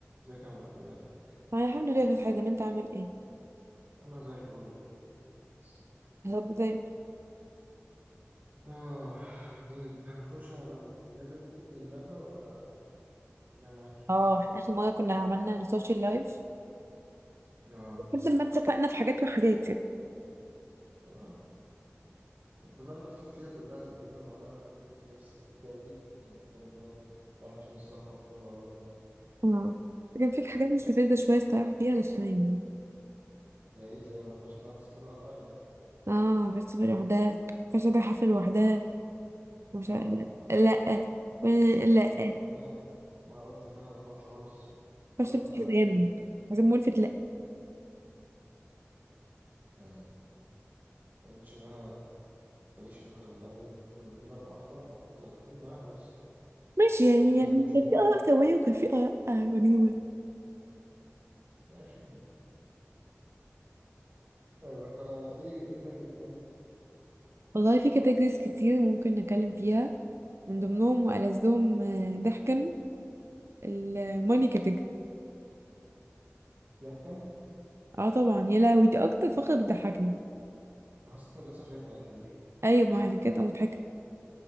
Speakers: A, on the right (about 45°); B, on the right (about 65°).
A: ازيك يا ملك عامل ايه؟
B: انا الحمد لله كانت حازم انت عامل ايه
A: انا زي الفل والله بس
B: طب زي
A: اه طيب هنخش على الليفل 2 من اللعبة ولا مش جاي معاكي؟
B: اه احنا اخر مره كنا عملنا السوشيال لايف
A: اه
B: لحد ما اتفقنا في حاجات وحاجات يعني
A: والله اتفقنا فيها كلها تقريبا ما عدا حاجات انت بس بتتكلمي كان كده كده تعرف فين الصح وفين الغلط يعني
B: امم كان فيك حاجات مستفزه شويه الصراحه فيها بس يعني
A: زي ايه زي ما ينفعش انها تسافر لوحدها ولا ايه؟
B: اه بس في لوحدها فش ده حفله لوحدها ومش
A: اه
B: عارف إيه. لا و- لا
A: انا ما قلتش انها ما قلت انها ما تروحش خالص قلت
B: فش
A: اروح
B: بس
A: معاها
B: حزام
A: عادي.
B: حزام ملفت لا
A: يعني ما قلتش انها تعيش في ال في الاربع حيطان أنا قلت هتدخلي معاها بس
B: ماشي يعني
A: مش حاسس
B: يعني
A: ان دي مشكلة
B: كان في اراء سويه وكان في اراء آه، مجنونه
A: ماشي طيب احنا ايه ايه تاني تاني
B: والله في كاتيجوريز كتير ممكن نتكلم فيها من ضمنهم والذهم آه، ضحكا الماني category.
A: بيحكم
B: اه طبعا يا لهوي دي اكتر فقرة بتضحكني
A: حاسس ان بيحصل فيها خناقات كتير
B: ايوه ما عشان كده تبقى مضحكة